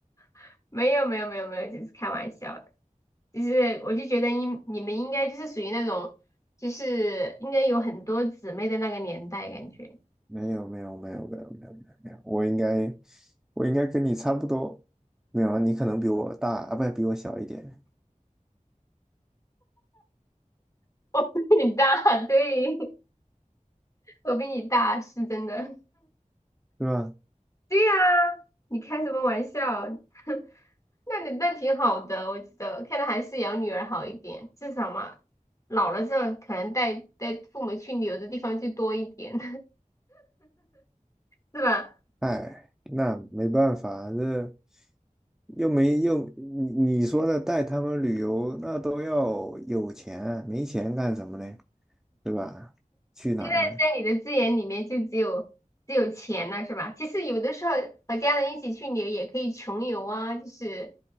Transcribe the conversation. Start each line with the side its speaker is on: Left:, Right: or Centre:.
Left: <laughs> 没有没有没有没有，只是开玩笑的。就是我就觉得应你们应该就是属于那种，就是应该有很多姊妹的那个年代，感觉
Centre: 没有没有没有没有没有没有没有，我应该我应该跟你差不多。没有啊，你可能比我大啊，不比我小一点，
Left: <laughs> 你大，对，我比你大，是真的。
Centre: 是吧？
Left: 对呀、你开什么玩笑？<laughs> 那你那挺好的，我觉得看来还是养女儿好一点，至少嘛，老了之后可能带带父母去旅游的地方就多一点，<laughs> 是吧？
Centre: 哎，那没办法，这又没又你你说的带他们旅游，那都要有钱，没钱干什么呢？对吧？去哪儿呢？
Left: 现在在你的资源里面就只有只有钱了，是吧？其实有的时候和家人一起去旅游也可以穷游啊，就是